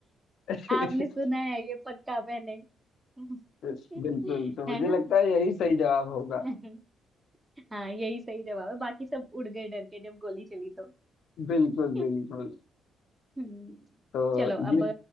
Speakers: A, on the left; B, on the right.
A: <laughs>
B: आपने सुना है ये पक्का पहले <laughs>
A: बिल्कुल तो मुझे
B: है ना
A: लगता है यही सही जवाब होगा
B: <laughs> हाँ यही सही जवाब है बाकी सब उड़ गए डर के जब गोली चली तो
A: बिल्कुल
B: <laughs>
A: बिल्कुल
B: हम्म,
A: तो
B: चलो
A: ये
B: अब